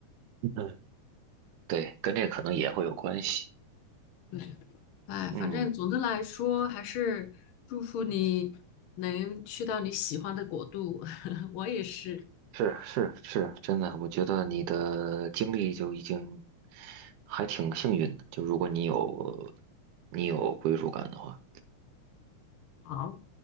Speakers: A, on the right (about 80°); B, on the left (about 80°).
A: 嗯，对，跟这个可能也会有关系。
B: 对。哎，
A: 嗯，
B: 反正总的来说，还是祝福你能去到你喜欢的国度。<laughs> 我也是。
A: 是是是，真的，我觉得你的经历就已经还挺幸运的，就如果你有你有归属感的话，
B: 好，